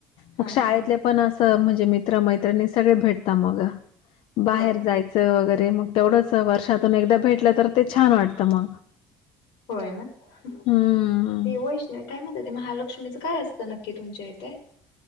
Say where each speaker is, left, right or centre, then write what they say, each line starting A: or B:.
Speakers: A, on the left; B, on the left.
A: हा
B: मग शाळेतले
A: हा हा
B: पण सर्व म्हणजे मित्र मैत्रिणी, सगळे भेटता मग बाहेर
A: होय ना
B: जायचं वगैरे मग तेवढंच वर्षातून एकदा भेटलं तर ते छान वाटत मग.
A: होय ना ते
B: हम्म
A: वैष्णवी काय म्हणत्यात ते महालक्ष्मीचं काय असत. त नक्की तुमच्या इथे,